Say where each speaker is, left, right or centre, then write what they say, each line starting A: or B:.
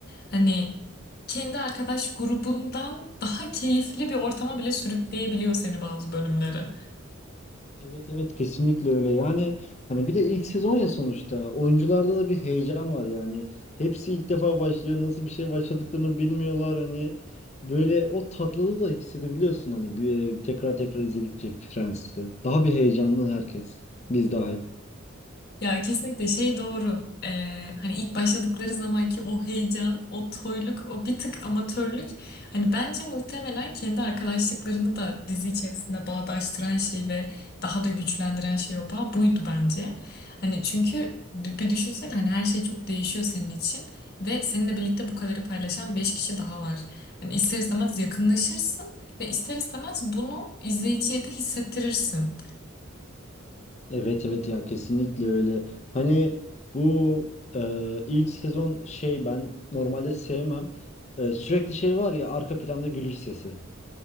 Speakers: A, on the left (about 50°); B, on the left (about 35°).
A: hani kendi arkadaş grubundan daha keyifli bir ortama bile sürükleyebiliyor seni bazı bölümleri.
B: Evet evet kesinlikle öyle yani hani bir de ilk sezon ya sonuçta oyuncularda da bir heyecan var yani hepsi ilk defa başlıyor nasıl bir şey başladıklarını bilmiyorlar hani böyle o tatlılığı da hissedebiliyorsun hani bir, e, tekrar tekrar izledikçe Friends'i daha bir heyecanlı herkes biz dahil.
A: Ya kesinlikle şey doğru. Ee, hani ilk başladıkları zamanki o heyecan, o toyluk, o bir tık amatörlük. Hani bence muhtemelen kendi arkadaşlıklarını da dizi içerisinde bağdaştıran şey ve daha da güçlendiren şey o bağ buydu bence. Hani çünkü d- bir düşünsene hani her şey çok değişiyor senin için ve seninle birlikte bu kadarı paylaşan 5 kişi daha var. Hani ister istemez yakınlaşırsın ve ister istemez bunu izleyiciye de hissettirirsin.
B: Evet evet ya kesinlikle öyle. Hani bu e, ilk sezon şey ben normalde sevmem. E, sürekli şey var ya arka planda gülüş sesi.